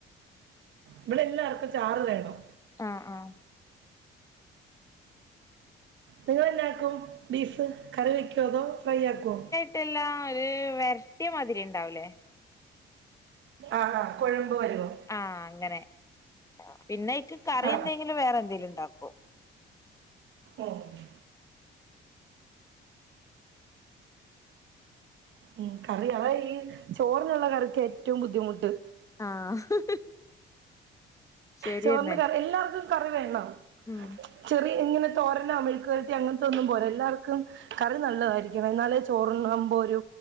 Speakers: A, on the right (about 70°); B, on the left (about 15°).
A: ഇവിടെല്ലാർക്കും ചാറ് വേണം
B: ആഹ് ആഹ്
A: നിങ്ങളെന്നാക്കും ബീഫ് കറി വയ്ക്കോതോ ഫ്രൈയാക്കോ
B: ട്ടെല്ലാ ഒര് വെരട്ടിയ മാതിരി ണ്ടാവുലേ
A: ആഹ് ആഹ് കൊഴമ്പ് വരുവോ
B: ആഹഅങ്ങനെ പിന്നെ അയ്ക്ക് കറി
A: ആ
B: എന്തെങ്കിലും വേറെ എന്തെങ്കിലും ഉണ്ടാകും
A: ഓഹ് ഉം കറി അതെ ഈ ചോറിനുള്ള കറിക്ക് ഏറ്റവും ബുദ്ധിമുട്ട്
B: ആഹ് ശരിയെന്നെ
A: ചോറിന് കറി എല്ലാർക്കും കറി വേണോ
B: ഉം
A: ചെറിയ ഇങ്ങനെ തോരനോ മെഴുക്കുവരട്ടി അങ്ങനത്തൊന്നും പോരേ എല്ലാർക്കും കറി നല്ലതായിരിക്കണം എന്നാലേ ചോറ്ണ്ണുമ്പോ ഒരു